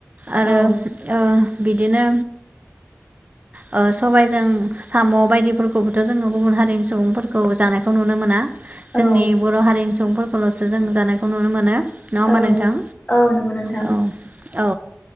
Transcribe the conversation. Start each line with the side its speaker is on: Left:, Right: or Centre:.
Right: आरो
Left: औ
Right: ओ बिदिनो ओ सबायजों साम' बायदिफोरखौ थ' जोङो गुबुन हारिनि सुबुंफोरखौ जानायखौ नुनो मोना। जोंनि
Left: औ
Right: बर' हारिनि सुबुंफोरखौल'सो जों जानायखौ नुनो मोनो। नङा होमबा
Left: औ
Right: नोंथां
Left: औ नोंगौ नोंथां।
Right: औ औ।